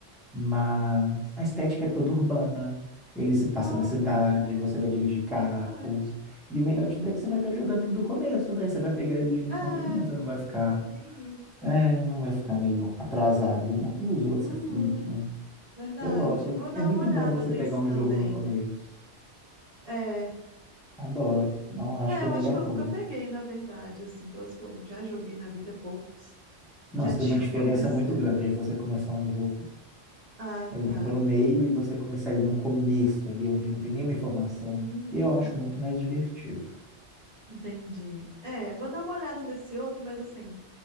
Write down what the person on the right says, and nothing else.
oh
bem diferente.
Interessante.
É,
tem isso.
Uhum,
verdade.
Vou dar
uma olhada
nesse
também.
É.
É,
eu
acho que eu
nunca peguei, na verdade, assim, todos que eu já joguei na vida, poucos,
já tinham
<laughs> começado.
Ah,
tá.
Uhum,
entendi. É, vou dar uma olhada nesse outro, mas assim,